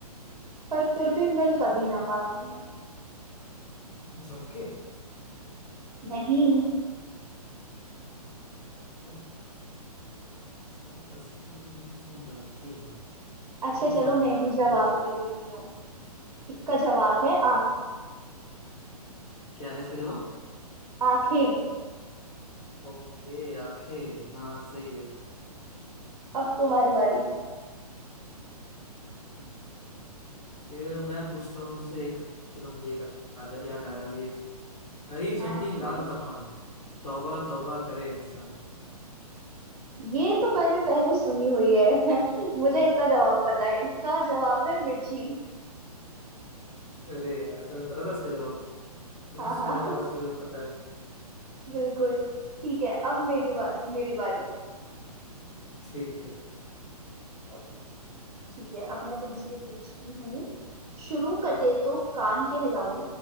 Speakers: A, on the right; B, on the left.
A: पर फिर भी मिल कभी
B: हम्म,
A: ना पाती हैं
B: झुमके
A: नहीं
B: नहीं सब हंसती है सब गाती है
A: अच्छा
B: नहीं
A: चलो
B: समझ
A: मैं
B: में आ रहा
A: ही जवाब
B: तुम्हें दादा
A: दे देती हूँ इसका जवाब
B: हाँ,
A: है आंख
B: क्या है इसका जवाब
A: आंखें
B: ओके आंखें हाँ सही है
A: अब तुम्हारी बारी
B: ये मैं पूछता हूँ तुमसे एक चलो मुझे एक याद याद आया अभी एक हरी झंडी
A: हाँ हाँ
B: लाल
A: पूछो
B: कमान तौबा तौबा करे इंसान
A: ये तो मैंने पहले सुनी हुई है <laughs> मुझे इसका जवाब पता है इसका जवाब है मिर्ची
B: अरे यार तुम्हें पता था इसका जवाब तुम्हें
A: हाँ
B: सुना
A: हाँ
B: होगा इसलिए
A: <laughs>
B: तुम्हें पता है
A: बिल्कुल ठीक है अब मेरी बा, मेरी बारी
B: ठीक है
A: अब ठीक है अब मैं तुमसे पूछती हूँ शुरू कटे तो कान कहलाऊं